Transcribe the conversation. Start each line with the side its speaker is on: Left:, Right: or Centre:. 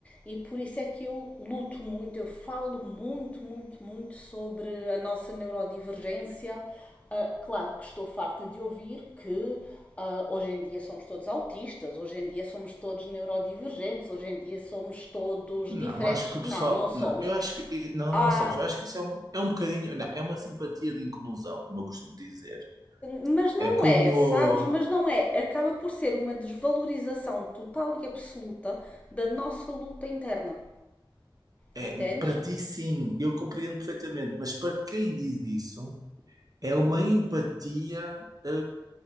Left: E por isso é que eu luto muito, eu falo muito, muito, muito sobre a nossa neurodivergência. Ah, claro que estou farta de ouvir que ah, hoje em dia somos todos autistas, hoje em dia somos todos neurodivergentes, hoje em dia somos todos
Right: Não,
Left: diferentes.
Right: mas acho que o
Left: Não,
Right: pessoal,
Left: não somos.
Right: não, eu acho que, e- não,
Left: Há
Right: não sabes, eu acho que isso é um, é um bocadinho, não, é uma simpatia de inclusão, como eu costumo dizer.
Left: Mas não
Right: É como,
Left: é, sabes? Mas não é. Acaba por ser uma desvalorização total e absoluta da nossa luta interna.
Right: é,
Left: Entendes?
Right: para ti sim, eu compreendo perfeitamente, mas para quem diz isso, é uma empatia, eh,